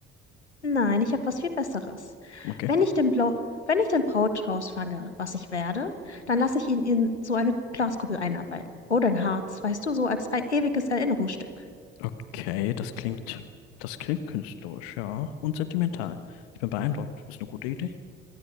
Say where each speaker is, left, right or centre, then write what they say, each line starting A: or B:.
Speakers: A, on the left (about 85°); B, on the left (about 65°).
A: Nein, ich habe was viel Besseres.
B: Okay.
A: Wenn ich den Blau, wenn ich den Brautstrauß fange, was ich werde, dann lasse ich ihn in so eine Glaskuppel einarbeiten. Oder ein Harz, weißt du, so als ei- ewiges Erinnerungsstück.
B: Okay, das klingt, das klingt künstlerisch, ja. Und sentimental. Ich bin beeindruckt. Ist eine gute Idee.